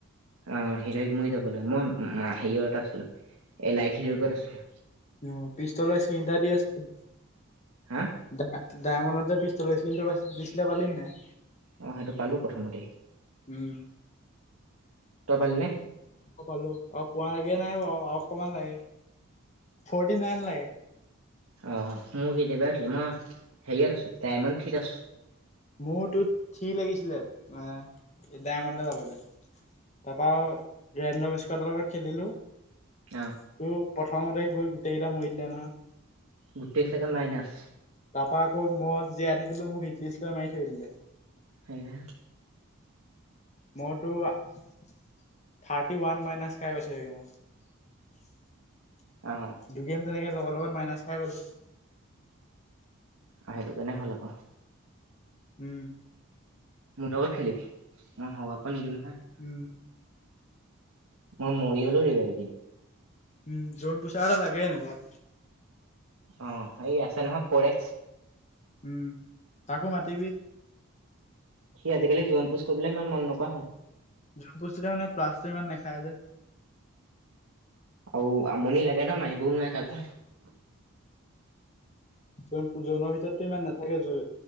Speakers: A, on the right (about 80°); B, on the left (about 30°).
A: অ হীৰৈক মইও যাব লাগে মই হেৰিয়ত আছিলো এলাইক হিৰৈকত আছিলো।
B: অ পিষ্টলৰ স্ক্ৰিন এটা দি আছে।
A: হা
B: ডায় ডায়মনত যে পি পিষ্টলৰ স্ক্ৰিনটো পা দিছিলে পালি নাই?
A: অ সেইটো পালো প্ৰথমতেই
B: উম।
A: তই পালি নে?
B: পালোঁ। অ পোৱাগে নাই বাৱ আৰু অকমান লাগে। ফৰ্টি নাইন লাগে।
A: অ মো কিতিয়াবাৰে উঠিলে মই হেৰীয়ত আছোঁ ডাইমন থ্ৰিত আছোঁ।
B: মোৰ টো থ্ৰি লাগিছিলে এ ডাইমনলে যাবলে। তাপা ৰেনডম ইচকুৱাৰ্দৰ লগত খেলিলো। ত
A: অ
B: প্ৰথমতে গৈ গোটেই কেইটা মৰি দিলে নহয়।
A: গোটেই চাগে মাইনাচ
B: তাপা আকৌ মই জীয়াই থাকিলো মোক হিটলিছ লৈ মাৰি থৈ দিলে।
A: সেয়া
B: মোৰতো থাৰ্টি ওৱান মাইনাচ খাই গৈছো এগেমত
A: অ
B: দুগেম তেনেকে লগে লগে মাইনাচ খাই গ'লো।
A: আহ সেইটো কাৰণে হ'ল আকৌ
B: উম।
A: মোৰ লগত খেলিবি মই হৰুৱাব নিদো নহয়।
B: উম
A: মই মৰি হলো ৰিভাইভ দিম।
B: উম জন পোছাৰ এটা লাগে এনেকুৱাত
A: অ এই আছে নহয় ফৰ এক্স
B: উম তাকো মাতিবি
A: সি আজিকালি জোন পোছ কৰিবলে ইমান মন নকৰা হ'ল।
B: জন পোছটোতে মানে প্লাচটো ইমান নেখাই যে
A: আৰু আমনি লাগে ন মাৰিবও নোৱাৰে কাকো
B: জন জনৰ ভিতৰতটো ইমান নাথাকে জ